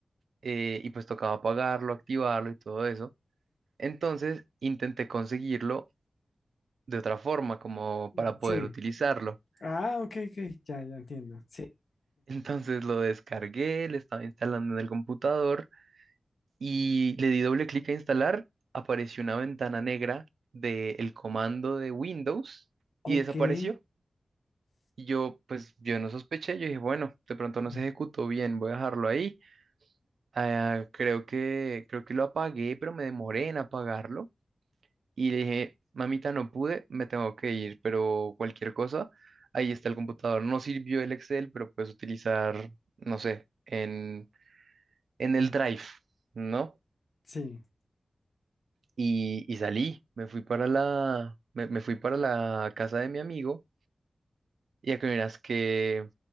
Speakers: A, on the right; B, on the left.
A: eh, y pues tocaba pagarlo, activarlo y todo eso. Entonces intenté conseguirlo de otra forma, como
B: Mm,
A: para poder
B: Sí.
A: utilizarlo.
B: Ah, ok, ok, ya, ya entiendo. Sí,
A: <laughs> Entonces lo descargué, lo estaba instalando en el computador y le di doble clic a instalar. Apareció una ventana negra del comando de Windows
B: ok.
A: y desapareció. Y yo, pues, yo no sospeché. Yo dije, bueno, de pronto no
B: Mm,
A: se ejecutó bien, voy a dejarlo ahí. Ah, creo que, creo que lo apagué, pero me demoré en apagarlo. Y le dije, mamita, no pude, me tengo que ir, pero cualquier cosa, ahí está el computador. No sirvió el Excel, pero puedes utilizar, no sé, en, en el Drive, ¿no?
B: Sí,
A: Y, y salí, me fui para la, me, me fui para la casa de mi amigo y a que miras que,